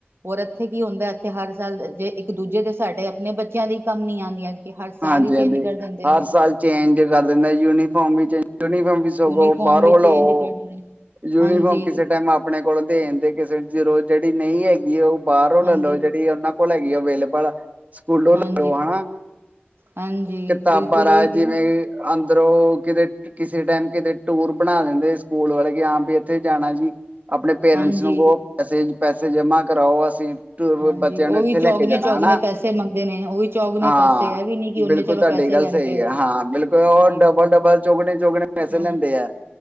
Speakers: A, on the right; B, on the right.
A: ਹੋਰ ਇੱਥੇ ਕੀ ਹੁੰਦਾ ਇੱਥੇ ਹਰ ਸਾਲ ਜੇ ਇੱਕ ਦੂਜੇ ਦੇ ਸਾਡੇ ਆਪਣੇ ਬੱਚਿਆਂ ਦੇ ਕੰਮ ਨਹੀਂ ਆਉਂਦੀਆਂ ਕਿ ਹਰ ਸਾਲ
B: ਹਾਂਜੀ
A: ਹੀ
B: ਹਾਂਜੀ
A: ਚੇਂਜ ਕਰ ਦਿੰਦੇ
B: ਹਰ
A: ਨੇ
B: ਸਾਲ ਚੇਂਜ ਕਰ ਦਿੰਦਾ ਯੂਨੀਫਾਰਮ ਵੀ ਚੇਂ ਯੂਨੀਫਾਰਮ ਵੀ ਸਗੋ
A: ਯੂਨੀਫਾਰਮ
B: ਬਾਹਰੋਂ
A: ਵੀ
B: ਲਓ
A: ਚੇਂਜ ਕਰ ਦਿੰਦੇ ਨੇ
B: ਯੂਨੀਫਾਰਮ
A: ਹਾਂਜੀ
B: ਕਿਸੇ ਟਾਈਮ ਆਪ ਆਪਣੇ ਕੋਲ ਦੇਣ ਦੇ ਕਿਸੇ ਜੀ ਰੋਜ਼ ਜਿਹੜੀ ਨਹੀਂ ਹੈਗੀ ਉਹ ਬਾਹਰੋਂ ਲੈ
A: ਹਾਂਜੀ
B: ਲਓ ਜਿਹੜੀ ਉਹਨਾਂ ਕੋਲ ਹੈਗੀ ਅਵੇਲੇਬਲ ਸਕੂਲੋਂ
A: ਹਾਂਜੀ
B: ਲਓ ਹਨਾ
A: ਹਾਂਜੀ
B: ਕਿਤਾਬਾਂ
A: ਬਿਲਕੁਲ
B: ਰਾਹ
A: ਉਹੀ ਤੇ
B: ਜਿਵੇਂ
A: ਨਾ
B: ਅੰਦਰੋਂ ਕਿਤੇ ਕਿਸੇ ਟਾਈਮ ਕਿਤੇ ਟੂਰ ਬਣਾ ਦਿੰਦੇ ਸਕੂਲ ਵਾਲੇ ਕਿ ਹਾਂ ਵੀ ਇੱਥੇ ਜਾਣਾ ਜੀ ਆਪਣੇ ਪੇਰੈਂਟਸ
A: ਹਾਂਜੀ
B: ਨੂੰ ਕਹੋ ਪੈਸੇ ਪੈਸੇ ਜਮ੍ਹਾਂ ਕਰਾਓ ਅਸੀਂ ਟੂਰ
A: ਹਾਂਜੀ
B: ਬੱਚਿਆਂ ਨੂੰ
A: ਉਹ
B: ਇੱਥੇ
A: ਵੀ ਚੌਗਨੇ
B: ਲੈ ਕੇ ਜਾਣਾ
A: ਚੌਗਨੇ
B: ਹਣਾ
A: ਪੈਸੇ ਮੰਗਦੇ ਨੇ ਉਹ ਵੀ ਚੌਗਨੇ
B: ਹਾਂ
A: ਪੈਸੇ ਇਹ ਵੀ ਨੀ ਕਿ ਉਹਨੇ
B: ਬਿਲਕੁੱਲ
A: ਚਲੋ
B: ਤੁਹਾਡੀ
A: ਪੈਸੇ
B: ਗੱਲ
A: ਲੈਂਦੇ
B: ਸਹੀ ਹੈ
A: ਹੋਣ
B: ਹਾਂ ਬਿਲਕੁੱਲ
A: ਹਾਂਜੀ
B: ਉਹ ਡਬਲ
A: ਬਹੁਤ
B: ਡਬਲ ਚੋਗਣੇ ਚੋਗਣੇ ਪੈਸੇ
A: ਹਾਂ
B: ਲੈਂਦੇ ਆ